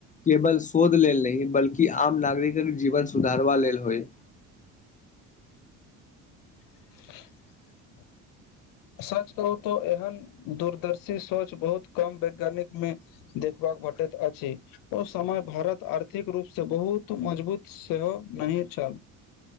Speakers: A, on the left (about 25°); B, on the left (about 75°).
A: केवल शोध लेल। नहि बल्कि, आम नागरिकक जीवन सुधारबा लेल होइ।
B: <inaudible> सच कहु त एहन दूरदर्शी सोच बहुत कम वैज्ञानिक में देखबा। भेटैत अछि, ओ समय भारत आर्थिक रूपसे बहुत मजबूत सेहो नहि। छल।